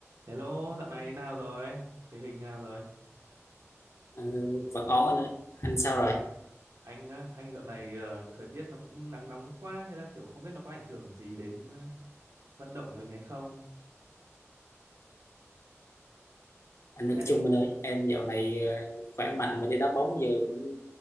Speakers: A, on the right; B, on the left.
A: Hello, dạo này nào rồi? Tình hình nào rồi?
B: Ờ, vẫn ổn anh ơi anh sao rồi
A: Anh á, anh dạo này ờ, thời tiết nó cũng nắng nóng quá, thế là kiểu không biết nó có ảnh hưởng gì đến ờ, vận động của mình hay không?
B: anh Hưởng
A: Ê,
B: Chung anh ơi em dạo này ờ, khỏe mạnh mà đi đá bóng giờ cũng